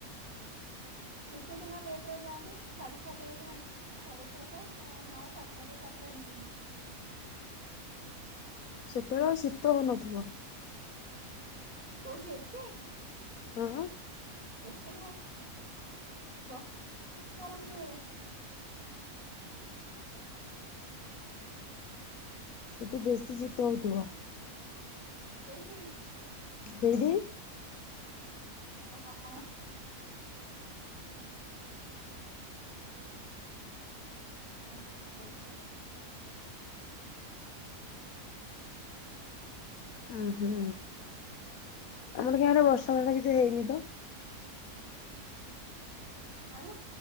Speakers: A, on the right; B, on the left.
A: ଶୀତ ଦିନ ଲେଟ ରେ ଯାଆନ୍ତି ସାଢେ ଛଅଟା ରେ ଯାଆନ୍ତି। ସାଢେ ଛଅଟା ହଁ ସାତେ ଛଅଟା ସାତଟା ଏମିତି।
B: ସେତେବେଳେ ଆଉ ଶୀତ ହେଉନଥିବ।
A: କୋଉଠି ଏଠି।
B: ହଁ
A: ଏଠି ନାଇଁ ବ ଗରମ ଜୋରରେ।
B: ସେଠି ବେଶୀ ଶୀତ ହେଉଥିବ।
A: କୋଉଠି?
B: ସେଇଠି!
A: ଅଁ ଅଁ। ବାର
B: ଓ ହୁଁ ଆମର କୋଁଆଡେ ବର୍ଷ ବର୍ଷା କିଛି ହେଇନି ତ!
A: ଆଉ